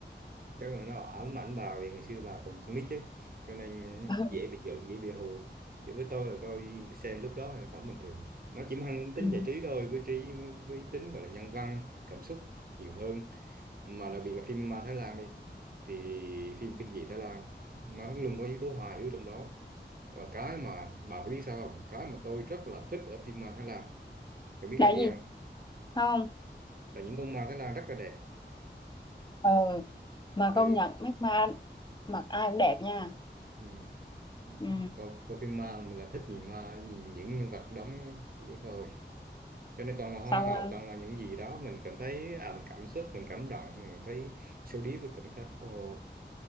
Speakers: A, on the right; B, on the left.
A: chắc là nó ám ảnh vào thì ngày xưa bà còn con nít chứ cho nên
B: <laughs>
A: dễ bị giận dễ bị hù chứ với tôi là tôi xem lúc đó là vẫn bình thường nó chỉ mang tính
B: Ừ.
A: giải trí thôi với trí với tính gọi là nhân văn cảm xúc nhiều hơn mà đặc biệt là phim ma Thái Lan đi thì phim kinh dị Thái Lan nó luôn có yếu tố hài hước trong đó và cái mà bà phải biết sao không cái mà tôi rất là thích ở phim ma Thái Lan bạn biết
B: đại
A: là gì
B: gì
A: không
B: không
A: là những con ma Thái Lan rất là đẹp
B: ừ mà
A: ừ,
B: công nhận mấy ma mặc ai cũng đẹp nha
A: ừ.
B: ừ
A: Coi, coi phim ma mình là thích nhìn ma nhìn những nhân vật đóng thôi cho nên toàn là hoa
B: xong
A: hậu
B: rồi-
A: toàn là những gì đó mình cảm thấy à mình cảm xúc mình cảm động mình cảm thấy sâu đi với cảm giác ồ